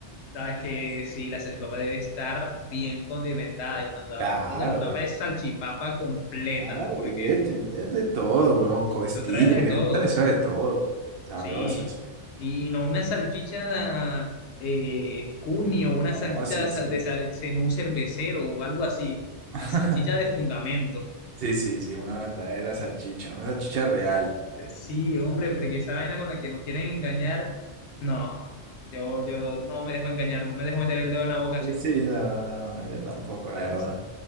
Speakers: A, on the left; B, on the right.
A: Sabes que sí, la salchipapa debe estar bien condimentada. Y cuando
B: Claro,
A: hablamos de salchipapa,
B: eh,
A: es salchipapa completa,
B: claro,
A: porque
B: debe tener de todo, weón, costilla,
A: se trae de
B: que
A: todo,
B: le metan eso de todo, sabroso,
A: sí.
B: sí.
A: Y no una salchicha eh, cuni o una
B: No,
A: salchicha
B: sí,
A: de, sa-
B: sí.
A: de sa- cenú cervecero o algo así.
B: <laughs>
A: Una salchicha de fundamento.
B: Sí, sí, sí, una verdadera salchicha, una salchicha real.
A: Sí, hombre, porque esa vaina con la que nos quieren engañar, no, yo, yo no me dejo engañar, no me dejo meter el dedo en la boca así.
B: Eh, Sí, no, no, no, no, yo tampoco, la verdad.
A: Sí.